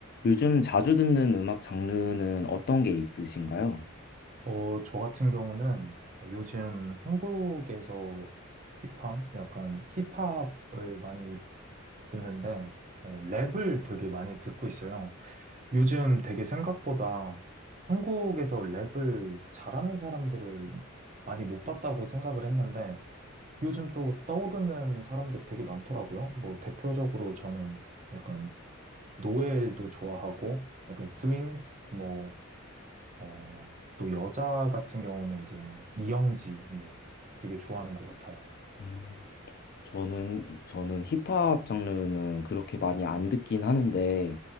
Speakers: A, on the left; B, on the right.
A: 요즘 자주 듣는 음악 장르는 어떤 게 있으신가요?
B: 어, 저 같은 경우는 뭐 요즘 한국에서 힙한, 약간 힙합을 많이 듣는데, 어, 랩을 되게 많이 듣고 있어요. 요즘 되게 생각보다 한국에서 랩을 잘하는 사람들을 많이 못 봤다고 생각을 했는데, 요즘 또 떠오르는 사람들이 되게 많더라고요. 뭐, 대표적으로 저는 약간 노엘도 좋아하고, 약간 스윙스, 뭐, 어, 또 여자 같은 경우는 이제 이영지님 되게 좋아하는 것 같아요.
A: 음, 저는, 저는 힙합 장르는 그렇게 많이 안 듣긴 하는데,